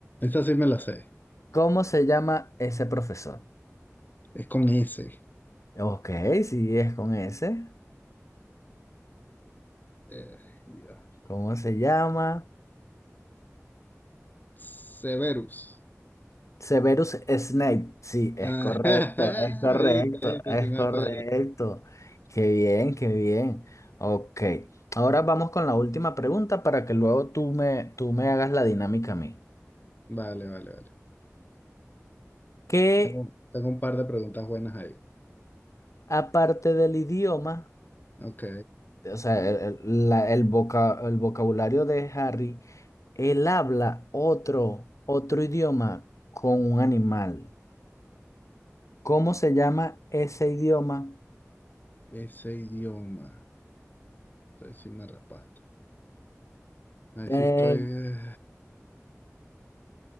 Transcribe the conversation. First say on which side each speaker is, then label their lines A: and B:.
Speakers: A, on the left (about 35°); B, on the left (about 70°).
A: Esta sí me la sé.
B: ¿Cómo se llama ese profesor?
A: Es con ese.
B: Ok, sí, es con ese.
A: Eh, Dios.
B: ¿Cómo se llama?
A: Severus.
B: Severus Snape. Sí, es
A: Ah,
B: correcto,
A: <laughs>
B: es correcto,
A: viste, viste,
B: es
A: sí me
B: correcto.
A: acuerdo.
B: Qué bien, qué bien. Ok, ahora vamos con la última pregunta para que luego tú me, tú me hagas la dinámica a mí.
A: Vale, vale, vale.
B: ¿Qué,
A: Tengo, tengo un par de preguntas buenas ahí.
B: aparte del idioma,
A: Ok.
B: o sea, el, el- la- el voca- el vocabulario de Harry, él habla otro, otro idioma con un animal. ¿Cómo se llama ese idioma?
A: Ese idioma. Ahí sí me raspaste. Ahí
B: Eh,
A: sí estoy. eh,